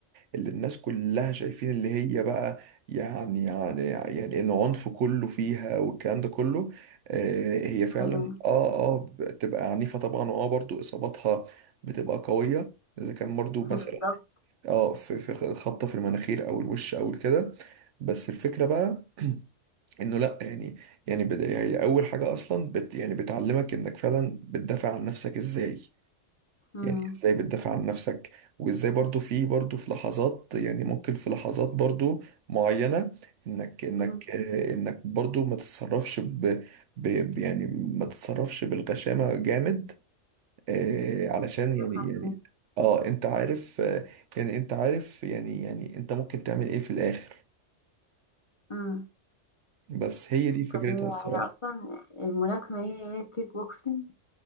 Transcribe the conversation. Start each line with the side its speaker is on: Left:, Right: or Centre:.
Right: اللي الناس كلها شايفين اللي هي بقى يعني يعني يعني العنف كله فيها والكلام ده كله آه، هي فعلا
Left: أمم، أمم.
Right: اه اه بتبقى عنيفة طبعا واه برضو اصاباتها بتبقى قوية اذا كان برضو مثلا
Left: بالظبط
Right: اه في في خبطة في المناخير او الوش او كده بس الفكرة بقى انه لا يعني يعني بد... هي اول حاجه اصلا بت... يعني بتعلمك انك فعلا بتدافع عن نفسك ازاي
Left: أمم،
Right: يعني ازاي بتدافع عن نفسك وازاي برضو في برضو في لحظات يعني ممكن في لحظات برضو معينه انك انك
Left: أمم،
Right: آه، انك برضو ما تتصرفش ب... ب... ب- يعني ما تتصرفش بالغشامه جامد آه علشان يعني
Left: فاهمة.
Right: يعني اه انت عارف آه يعني انت عارف يعني يعني انت ممكن تعمل ايه في الاخر
Left: أمم.
Right: بس هي دي فكرتها
Left: طب هي
Right: الصراحه
Left: هي أصلا الملاكمة هي هي الكيك بوكسينج